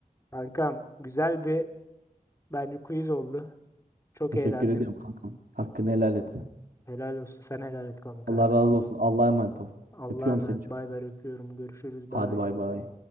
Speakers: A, on the left; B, on the right.
A: Kankam güzel bir bence quiz oldu. Çok
B: Teşekkür
A: eğlendim.
B: ediyorum kankam. Hakkını helal et.
A: Helal olsun. Sen helal et kanka.
B: Allah razı olsun. Allah'a emanet ol.
A: Allah'a
B: Öpüyorum
A: emanet.
B: seni çok.
A: Bay bay öpüyorum. Görüşürüz. Bay.
B: Hadi bay bay.